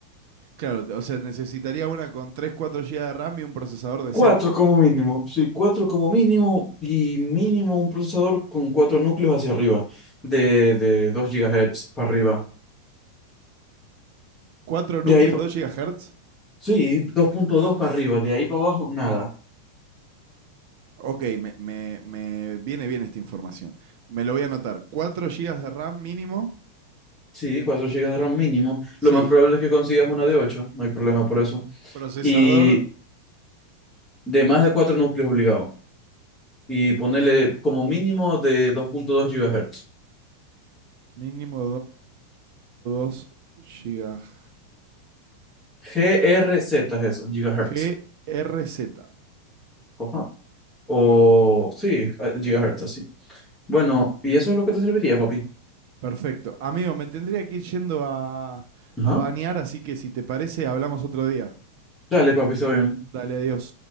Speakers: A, on the right; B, on the left.
A: Claro, o sea, necesitaría una con 3 4 gigas de RAM y un procesador decente.
B: Cuatro como mínimo, sí, cuatro como mínimo y mínimo un procesador con cuatro núcleos hacia arriba, de, de 2 gigahertz para arriba.
A: Cuatro
B: De
A: núcleos,
B: ahí, pa-
A: dos gigahertz.
B: sí, dos punto dos para arriba, de ahí para abajo, nada.
A: Ok, me, me- me viene bien esta información. Me lo voy a anotar. 4 gigas de RAM mínimo.
B: Sí, 4 gigas de RAM mínimo.
A: Sí,
B: Lo más probable es que consigas una de ocho no hay problema por eso.
A: procesador
B: Y de más de cuatro núcleos obligado. Y ponerle como mínimo de 2.2 GHz.
A: mínimo 2.2 GHz.
B: GRZ es eso, gigahertz
A: GRZ.
B: Ajá. O
A: Per-
B: sí, a- gigahertz así. Bueno, y eso es lo que te serviría, papi.
A: Perfecto. Amigo, me tendría que ir yendo a,
B: Ajá.
A: a bañar, así que si te parece, hablamos otro día.
B: Dale, papi, está bien.
A: Dale, adiós.